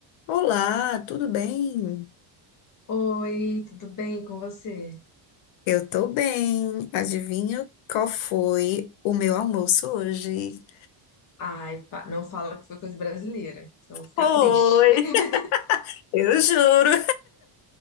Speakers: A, on the left; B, on the left.
A: Olá, tudo bem?
B: Oi, tudo bem com você?
A: Eu tô bem. Adivinha qual foi o meu almoço hoje?
B: Ai, pa- não fala que foi coisa brasileira, senão eu vou ficar
A: Oi!
B: triste. <laughs>
A: <laughs> Eu juro.